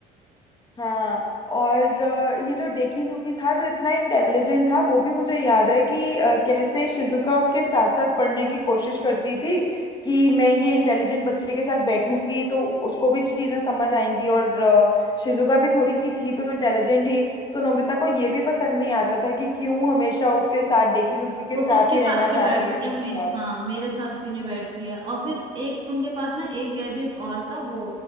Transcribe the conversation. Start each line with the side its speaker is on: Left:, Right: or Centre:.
Left: हाँ और अ, ये जो डेकीजुकी था जो इतना इंटेलिजेंट था वो भी मुझे याद है कि अ, कैसे शिजुका उसके साथ साथ पढ़ने की कोशिश करती थी कि मैं ये इंटेलिजेंट बच्चे के साथ बैठूंगी तो उसको भी चीज़ें समझ आएंगी और अ, शिजुका भी थोड़ी सी थी तो इंटेलिजेंट ही तो नोबिता को ये भी पसंद नहीं आता था कि क्यों हमेशा उसके साथ डेकीजुकी के
Right: वो
Left: साथ
Right: उसके
Left: ही
Right: साथ
Left: रहना
Right: क्यों
Left: चाहती
Right: बैठती
Left: है शिजुका
Right: है मे, हाँ मेरे साथ क्यों नहीं बैठती है और फिर एक उनके पास ना एक गैजेट और था वो